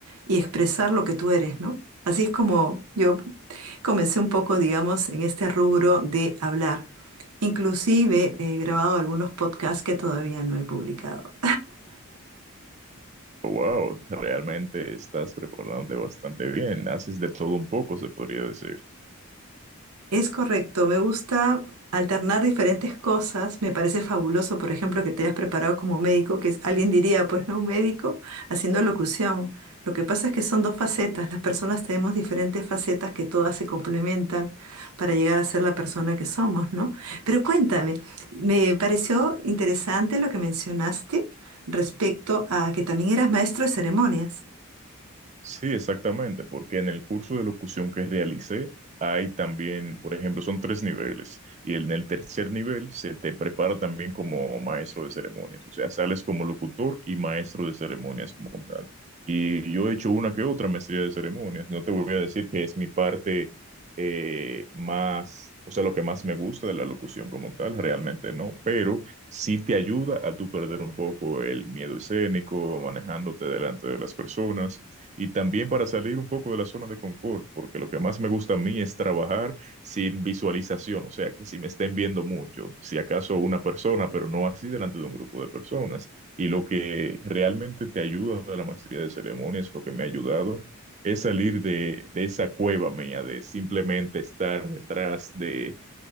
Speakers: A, on the right; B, on the right.
A: y expresar lo que tú eres, ¿no? Así es como yo comencé un poco, digamos, en este rubro de hablar. Inclusive he grabado algunos podcasts que todavía no he publicado.
B: Wow, realmente estás preparándote bastante bien. Haces de todo un poco, se podría decir.
A: Es correcto, me gusta alternar diferentes cosas, me parece fabuloso, por ejemplo, que te hayas preparado como médico, que es- alguien diría, pues no, un médico haciendo locución. Lo que pasa es que son dos facetas, las personas tenemos diferentes facetas que todas se complementan para llegar a ser la persona que somos, ¿no? Pero cuéntame, me pareció interesante lo que mencionaste respecto a que también eras maestro de ceremonias
B: Sí, exactamente, porque en el curso de locución que realicé hay también, por ejemplo, son tres niveles y en el tercer nivel se te prepara también como maestro de ceremonias, o sea, sales como locutor y maestro de ceremonias como tal. Y yo he hecho una que otra maestría de ceremonias, no te voy a decir que es mi parte eh, más, o sea, lo que más me gusta de la locución como tal, realmente no, pero sí te ayuda a tú perder un poco el miedo escénico, manejándote delante de las personas y también para salir un poco de la zona de confort, porque lo que más me gusta a mí es trabajar sin visualización, o sea, que si me estén viendo mucho, si acaso una persona, pero no así delante de un grupo de personas. Y lo que realmente te ayuda de la maestría de ceremonias, lo que me ha ayudado, es salir de, de esa cueva mía, de simplemente estar detrás de,